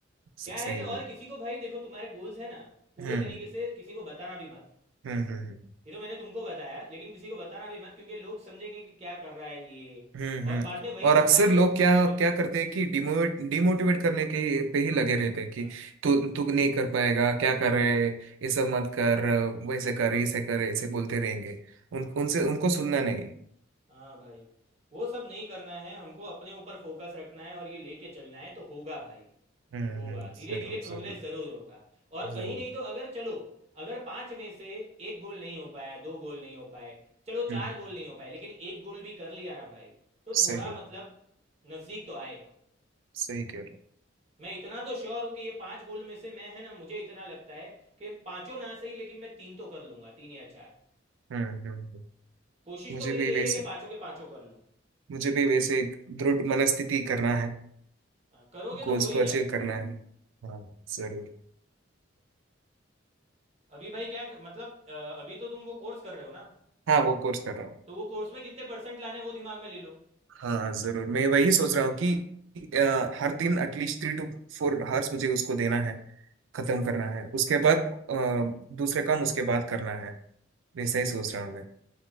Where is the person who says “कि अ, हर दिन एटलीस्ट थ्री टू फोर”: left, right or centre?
Right